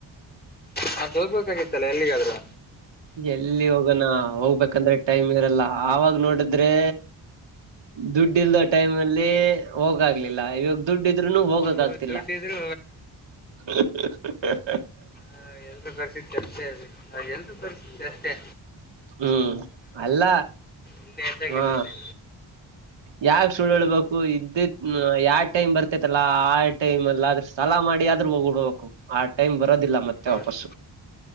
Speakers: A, on the left; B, on the right.
A: ನಾತ್ ಹೋಗ್ಬೇಕಾಗಿತ್ತಲ್ಲಾ ಎಲ್ಲಿಗಾದ್ರೂ
B: ಎಲ್ಲಿ ಹೋಗೋಣ ಹೋಗ್ಬೇಕಂದ್ರೆ ಟೈಮ್ ಇರಲ್ಲ ಆವಾಗ ನೋಡಿದ್ರೆ ದುಡ್ಡಿಲ್ದ ಟೈಮ್ ಅಲ್ಲಿ ಹೋಗ್ಲಿಲ್ಲ ಇವಾಗ ದುಡ್ ಇದೆ ಇನ್ನು ಹೋಗಕ್
A: ನೀವು
B: ಆಗ್ತಿಲ್ಲ
A: ದುಡ್ಡ ಇದ್ರು
B: ಹ
A: ಹಾ ಎಲ್ರೂ ತರಿಸಿ ಎಲ್ಲರೂ ತರಿಸಿ ಎತ್ತೆ
B: ಹ್ಮ್ ಅಲ್ಲ
A: ಇಲ್ಲೇ ಇದ್ದಾಗ
B: ಹಾ
A: ಇರುತ್ತೆ
B: ಯಾಕ್ ಸುಳ್ಳ್ಬೇಕು ಇದ್ದಿದ್ನಾ ಯಾಕ್ ಟೈಮ್ ಬರ್ತೈತಲ್ಲಾ ಆಟೈಮ ಅಲ್ಲಿ ಆದ್ರೆ ಸಾಲ ಮಾಡಿ ಆದ್ರೂ ಹೋಗಿಡ್ಬೇಕು ಆ ಟೈಮ್ ಮತ್ತೆ ಬರೋದಿಲ್ಲ
A: ಹೌದು
B: ವಾಪಸ್ಸು